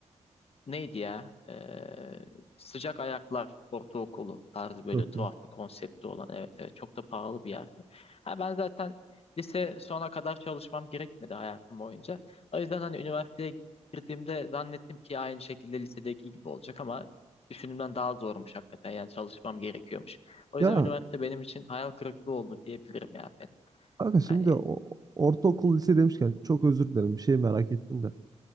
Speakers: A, on the left (about 55°); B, on the right (about 30°).
A: neydi ya? Ee, Sıcak Ayaklar Ortaokulu tarzı böyle
B: Çok
A: tuhaf
B: iyi.
A: bir konsepti olan. Evet evet çok da pahalı bir yerdi. Ha, ben zaten lise sona kadar çalışmam gerekmedi hayatım boyunca. O yüzden hani üniversiteye girdiğimde zannettim ki aynı şekilde lisedeki gibi olacak ama düşündüğümden daha zormuş hakikaten. Yani çalışmam gerekiyormuş. O yüzden
B: Ya
A: üniversite benim için hayal kırıklığı oldu diyebilirim yani benim.
B: kanka şimdi
A: Hani
B: o, ortaokul lise demişken çok özür dilerim. Bir şey merak ettim de.